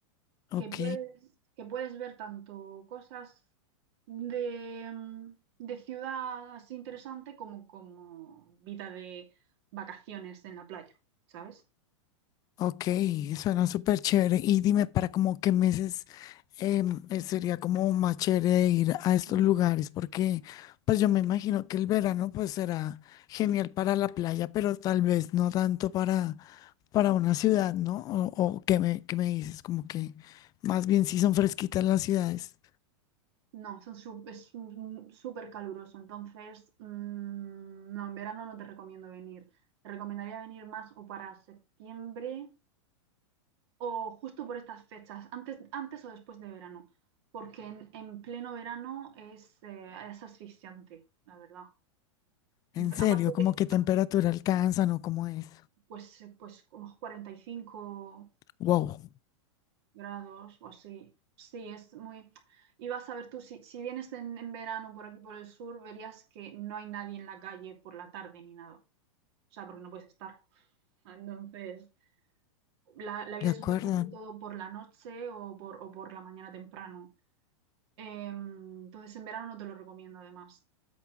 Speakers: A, on the left; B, on the right.
A: ok.
B: que puedes, que puedes ver tanto cosas de, mm, de ciudad así interesante como, como vida de vacaciones en la playa, ¿sabes?
A: Ok, suena súper chévere. Y dime, ¿para como qué meses em, eh, sería como más chévere ir a estos
B: Mm.
A: lugares? Porque pues yo me imagino que el verano pues será genial para la playa, pero tal vez no tanto para, para una ciudad, ¿no? O, o qué me, qué me dices, como que más bien si son fresquitas las ciudades.
B: No, son su- es un- súper caluroso, entonces mm, no, en verano no te recomiendo venir. Te recomendaría venir más o para septiembre o justo por estas fechas, antes, antes o después de verano, porque en, en pleno verano es, eh, es asfixiante, la verdad.
A: En
B: Entonces,
A: serio,
B: aparte
A: como
B: de,
A: qué temperatura alcanzan o cómo es.
B: pues, eh, pues como 45
A: Wow,
B: grados o así, sí, es muy... Y vas a ver tú, si, si vienes en, en verano por aquí por el sur, verías que no hay nadie en la calle por la tarde ni nada, o sea, porque no puedes estar. Entonces, la, la vida
A: de acuerdo.
B: social se hace todo por la noche o por, o por la mañana temprano. Eh, entonces en verano no te lo recomiendo además,